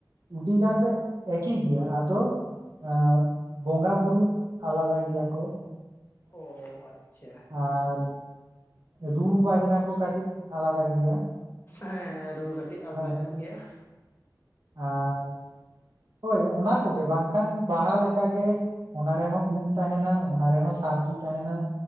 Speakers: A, on the right (about 55°); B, on the left (about 30°).
A: ᱩᱹᱰᱤᱜᱟᱱ ᱫᱚ ᱮᱠᱮ ᱜᱮᱭᱟ ᱟᱫᱚ ᱮᱻ ᱵᱚᱸᱜᱟ ᱵᱩᱨᱩ ᱟᱞᱟᱫᱟ ᱜᱮᱭᱟ ᱠᱚ ᱾
B: ᱚᱻ ᱟᱪᱪᱷᱟ ᱾
A: ᱟᱨ ᱨᱩ ᱵᱟᱡᱱᱟ ᱠᱚ ᱠᱟᱹᱴᱤᱡ ᱟᱞᱟᱫᱟ ᱜᱮᱭᱟ᱾
B: ᱦᱮᱸ ᱨᱩ ᱠᱟᱹᱴᱤᱡ ᱟᱞᱫᱟ
A: ᱦᱮᱸ
B: ᱧᱚᱜ ᱜᱮᱭᱟ ᱾
A: ᱟᱨ ᱦᱳᱭ ᱚᱱᱟ ᱠᱚᱜᱮ ᱵᱟᱝᱠᱷᱟᱱ ᱵᱟᱦᱟ ᱞᱮᱠᱟ ᱜᱮ ᱚᱱᱟ ᱨᱮᱦᱚᱸ ᱩᱢ ᱛᱟᱦᱮᱱᱟ ᱚᱱᱟ ᱨᱮᱦᱚᱸ ᱥᱟᱨᱫᱤ ᱛᱟᱦᱮᱱᱟ ᱾